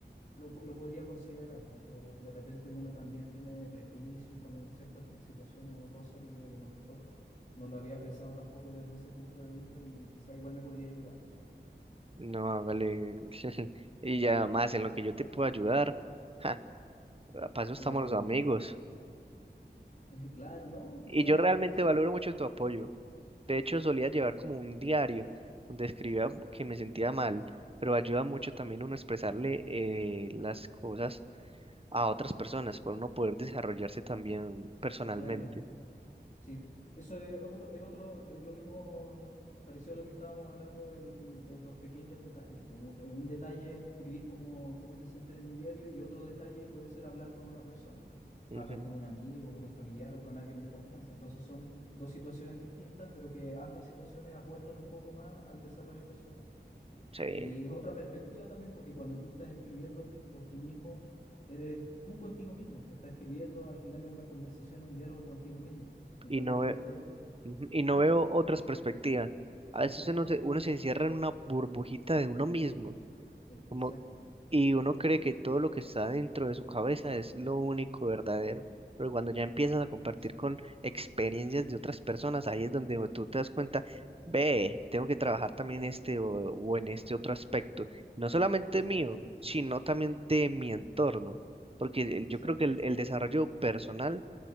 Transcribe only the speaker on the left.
lo, po- lo podría considerar, porque de repente uno también tiene prejuicios con un- ciertas situaciones o cosas y a lo mejor no lo había pensado tampoco desde ese punto de vista y quizá igual me podría ayudar.
Eh,
<laughs> claro, ¿no?
O sea,
sí,
claro. Sí, eso es otro, es otro, es lo mismo, pareció a lo que estábamos hablando del- de los pequeños detalles. Un un detalle es escribir cómo, cómo te sientes en un diario y otro detalle puede ser hablar con una persona,
hablar con un amigo, con un familiar o con alguien de confianza. Entonces son dos situaciones distintas, pero que ambas situaciones aportan un poco más al desarrollo personal.
Y es otra perspectiva también, porque cuando tú estás escribiendo p- por ti mismo, eres tú contigo mismo, que estás escribiendo al final es una conversación, un diálogo contigo mismo. En
cambio,
cuando
estás...
Sí,
sí,
exacto,
e-
exacto,
es,
exactamente,
exacto,